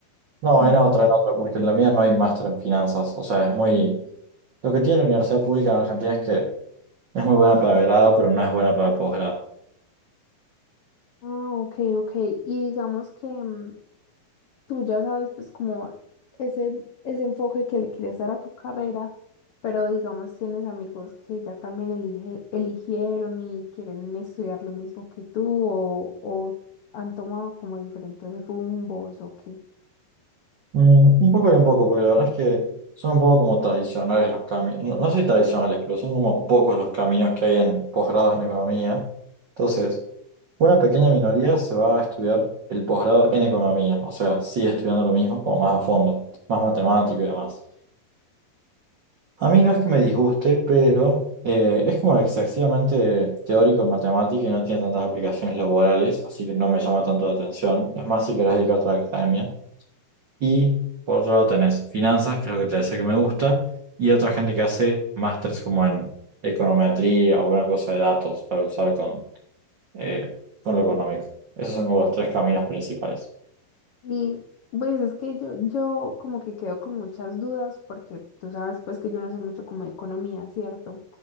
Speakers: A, on the right (about 75°); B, on the left (about 80°).
A: No,
B: Mm.
A: en otra, en otra, porque en la mía no hay máster en finanzas, o sea, es muy... Lo que tiene la universidad pública en Argentina es que Es muy buena para grado, pero no es buena para posgrado.
B: Ah, ok, ok. Y digamos que mm, tú ya sabes, pues como ese, ese enfoque que le quieres dar a tu carrera, pero digamos tienes amigos que ya también elige- eligieron y quieren estudiar lo mismo que tú o, o han tomado como diferentes rumbos o qué.
A: Mm, un poco y un poco, porque la verdad es que son un poco como tradicionales los caminos. No, no sé si tradicionales, pero son como pocos los caminos que hay en posgrados en economía. Entonces, una pequeña minoría se va a estudiar el posgrado en economía. O sea, sigue estudiando lo mismo, como más a fondo, más matemático y demás. A mí no es que me disguste, pero eh, es como excesivamente teórico en matemática y no tiene tantas aplicaciones laborales, así que no me llama tanto la atención. Es más, si querés dedicarte a la academia. Y por otro lado tenés finanzas, que es lo que te decía que me gusta, y otra gente que hace másters como en econometría o alguna cosa de datos para usar con, eh, con lo económico. Esos son como los tres caminos principales.
B: Y pues es que yo, yo como que quedo con muchas dudas porque tú sabes pues que yo no sé mucho como de economía, ¿cierto?